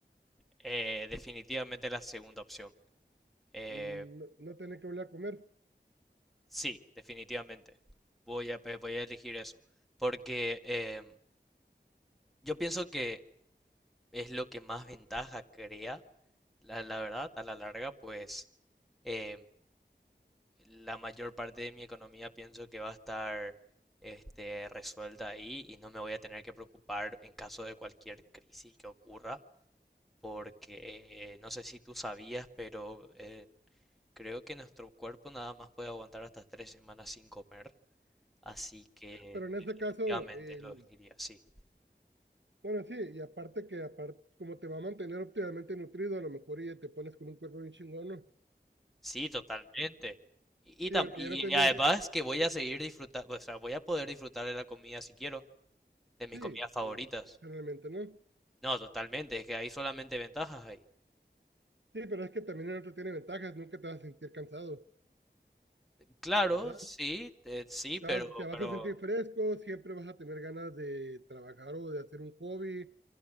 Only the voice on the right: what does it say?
Mm, No, no tener que volver a comer,
pero en este
caso el
Bueno, sí, y aparte que aparte, como te va a mantener óptimamente nutrido, a lo mejor y ya te pones con un cuerpo bien chingón, ¿no?
Sí, porque
ya no tendrías,
sí,
eh, opcionalmente, ¿no?
Sí, pero es que también el otro tiene ventajas, nunca te vas a sentir cansado,
¿verdad?
Te
vas, te vas
a sentir fresco, siempre vas a tener ganas de trabajar o de hacer un hobby